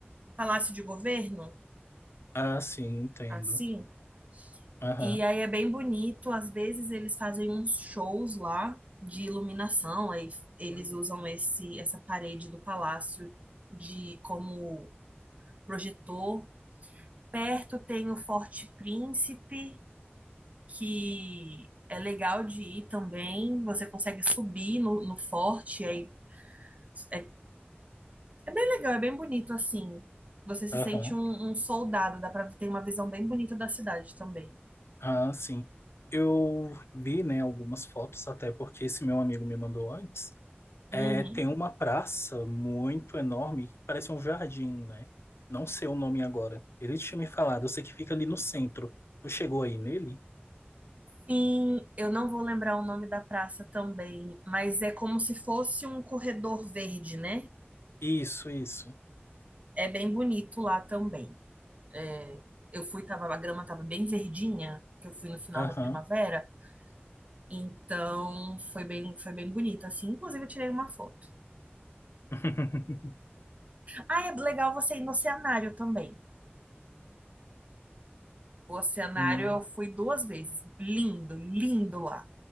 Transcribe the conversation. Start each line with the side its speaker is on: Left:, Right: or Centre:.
Right: palácio de governo,
Left: Ah, sim, entendo.
Right: assim.
Left: Aham.
Right: E aí é bem bonito. Às vezes eles fazem uns shows lá de iluminação, aí eles
Left: Oi.
Right: usam esse, essa parede do palácio de como projetor. Perto tem o Forte Príncipe que é legal de ir também. Você consegue subir no, no forte, aí é, é bem legal, é bem bonito assim. Você se
Left: Aham.
Right: sente um, um soldado, dá pra ter uma visão bem bonita da cidade também.
Left: Ah, sim. Eu vi, né, algumas fotos, até porque esse meu amigo me mandou antes. É,
Right: Uhum.
Left: tem uma praça muito enorme, que parece um jardim, né? Não sei o nome agora. Ele tinha me falado, eu sei que fica ali no centro. Tu chegou aí nele?
Right: Sim, eu não vou lembrar o nome da praça também, mas é como se fosse um corredor verde, né?
Left: Isso, isso.
Right: É bem bonito lá também. É, eu fui, tava, a grama tava bem verdinha, que eu fui no final
Left: Aham.
Right: da primavera. Então, foi bem, foi bem bonito, assim. Inclusive, eu tirei uma foto.
Left: <laughs>
Right: Ah, é legal você ir no oceanário também. O oceanário
Left: Hum.
Right: eu fui duas vezes. Lindo, lindo lá.